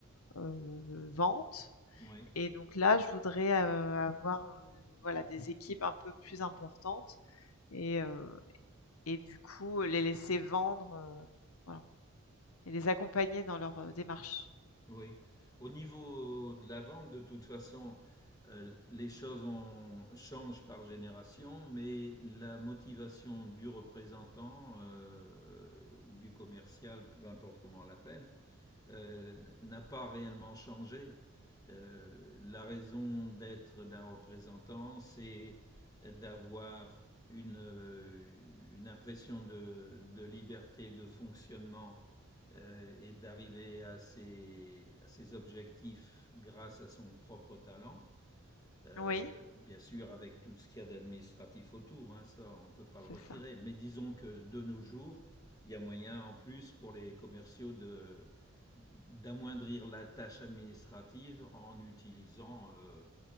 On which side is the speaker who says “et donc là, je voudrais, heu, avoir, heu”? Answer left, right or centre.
Left